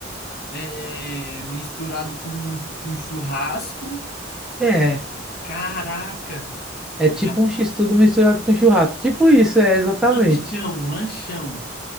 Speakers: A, on the left; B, in the centre.
A: é, misturado com, com churrasco.
B: É,
A: Caraca!
B: é
A: E
B: tipo
A: é um
B: um x-tudo misturado com churrasco. Tipo isso, é, exatamente.
A: lanchão, um lanchão.